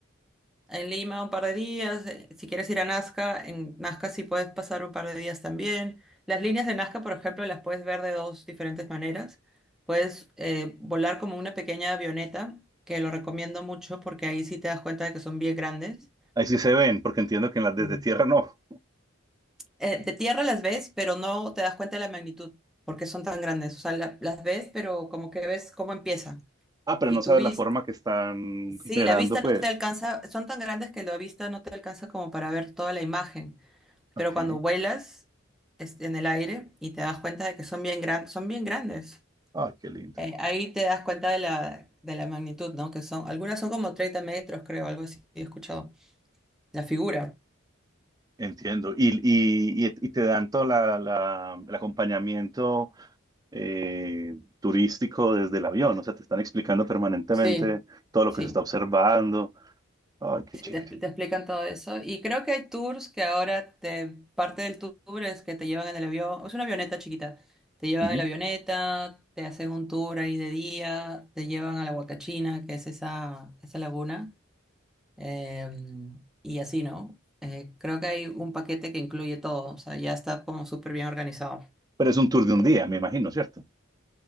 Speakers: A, in the centre; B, on the right (about 20°).
A: En Lima un par de días, eh, si quieres ir a Nazca, en Nazca sí puedes pasar un par de días también. Las líneas de Nazca, por ejemplo, las puedes ver de dos diferentes maneras. Puedes eh, volar como una pequeña avioneta, que lo recomiendo mucho porque ahí sí te das cuenta de que son bien grandes.
B: Ahí sí se ven, porque entiendo que en las desde
A: Sí.
B: tierra no.
A: eh, de tierra las ves, pero no te das cuenta de la magnitud, porque son tan grandes. O sea, la- las ves, pero como que ves cómo empieza.
B: Ah, pero
A: Y
B: no
A: tú
B: sabes
A: vis,
B: la forma que están
A: sí,
B: generando,
A: la vista no
B: pues.
A: te alcanza, son tan grandes que la vista no te alcanza como para ver toda la imagen.
B: Ok.
A: Pero cuando vuelas este, en el aire y te das cuenta de que son bien grandes, son bien grandes.
B: Ah, qué lindo.
A: Eh, ahí te das cuenta de la, de la magnitud, ¿no? Que son, algunas son como 30 metros, creo, algo así, he escuchado. La figura.
B: Entiendo. Y, y, y- y te dan todo la, la- el acompañamiento eh, turístico desde el avión. O sea, te están explicando permanentemente
A: Sí,
B: todo lo
A: sí.
B: que se está observando. Ay, qué
A: Sí,
B: chévere.
A: te, expl- te explican todo eso. Y creo que hay tours que ahora te, parte del tour es que te llevan en el avión, es una avioneta chiquita. Te llevan
B: Ujú.
A: en la avioneta, te hacen un tour ahí de día, te llevan a la Huacachina, que es esa, esa laguna, eh, y así, ¿no? Eh, creo que hay un paquete que incluye todo, o sea, ya está como súper bien organizado.
B: Pero es un tour de un día, me imagino, ¿cierto?